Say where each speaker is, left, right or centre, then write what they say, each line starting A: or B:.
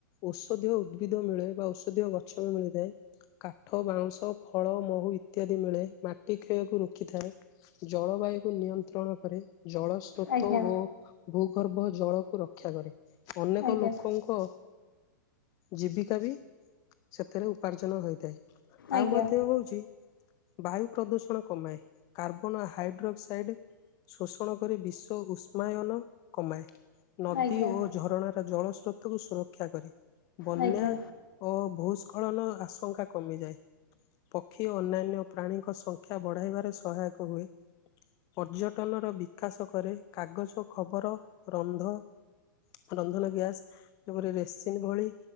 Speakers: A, on the left; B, on the left.
A: ଔଷଧୀୟ ଉଦ୍ଭିଦ ମିଳେ ବା ଔଷଧୀୟ ଗଛ ବି ମିଳିଥାଏ। କାଠ ବାଉଁଶ ଫଳ ମହୁ ଇତ୍ୟାଦି ମିଳେ ମାଟି କ୍ଷୟକୁ ରୋକିଥାଏ। ଜଳବାୟୁ କୁ ନିୟନ୍ତ୍ରଣ କରେ। ଜଳ ଷ୍
B: ଆଜ୍ଞା
A: ତତ୍ୱ ଓ ଭୂଗର୍ଭ ଜଳକୁ ରକ୍ଷା କରେ ଅନେକ
B: ଆଜ୍ଞା
A: ଲୋକ ତାଙ୍କ ଜୀବିକା ବି ସେଥିରେ ଉପାର୍ଜନ ହୋଇଥାଏ।
B: ଆଜ୍ଞା
A: ଆଉ ମଧ୍ୟ ହୋଉଛି ବାୟୁ ପ୍ରଦୂଷଣ କମାଏ କାର୍ବନ ହାଇଡ୍ରକ୍ସାଇଡ୍‌। ଶୋଷଣ କରି ବିଶ୍ଵ ଉଷ୍ମାୟନ କମାଏ ନଦୀ
B: ଆଜ୍ଞା
A: ଓ ଝରଣାର ଜଳ ସ୍ରୋତକୁ ସୁରକ୍ଷା କରେ। ବନ୍ୟା
B: ଆଜ୍ଞା
A: ଓ ଭୂସ୍ଖଳନ ଆଶଙ୍କା କମିଯାଏ। ପକ୍ଷୀ ଓ ଅନ୍ୟାନ୍ୟ ପ୍ରାଣୀଙ୍କ ସଂଖ୍ୟା ବଢ଼ାଇବାରେ ସହାୟକ ହୁଏ। ପର୍ଯ୍ୟଟନର ବିକାଶ କରେ କାଗଜ ଖବର ରନ୍ଧ ରନ୍ଧନ ଗ୍ୟାସ୍‌ ଜୋଉପରି ରେସିନ୍‌ ଭଳି